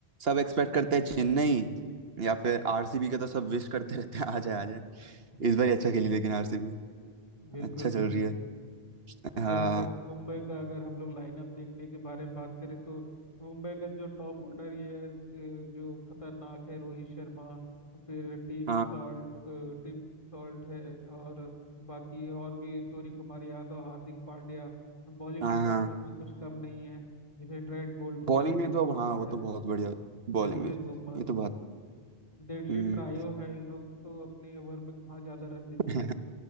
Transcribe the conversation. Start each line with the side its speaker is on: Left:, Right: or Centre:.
Right: सब एक्सपेक्ट करते
Left: जी
Right: हैं चेन्नई या फिर आरसीबी का तो सब विश करते रहते हैं आ जाए आ जाए
Left: हम्म,
Right: इस बार
Left: हम्म,
Right: ही अच्छा खेली लेकिन आरसीबी
Left: बिल्कुल
Right: अच्छा चल
Left: बिल्कुल
Right: रही है
Left: और
Right: हाँ
Left: जहाँ तक मुंबई का अगर हम लोग लाइनअप देखने के बारे में बात करें तो मुंबई का जो टॉप ऑर्डर ये है ए, जो खतरनाक है रोहित शर्मा फिर टीम
Right: हाँ
Left: सॉल्ट टीम सॉल्ट है और बाकी और भी सूर्य कुमार यादव हार्दिक पांड्या बॉलिंग
Right: हाँ
Left: डिपार्टमेंट
Right: हाँ
Left: भी कुछ कम नहीं है जैसे ट्रेंट बोल्ट हो
Right: बॉलिंग
Left: गए दीप
Right: में तो हाँ
Left: चहर
Right: वो तो बहुत बढ़िया बॉलिंग
Left: जसप्रीत
Right: में
Left: बुमराह
Right: ये तो बात है
Left: डेडली
Right: हम्म
Left: ट्रायो है इन लोग तो अपने ओवर में कहाँ ज्यादा रन देते
Right: <laughs>
Left: हैं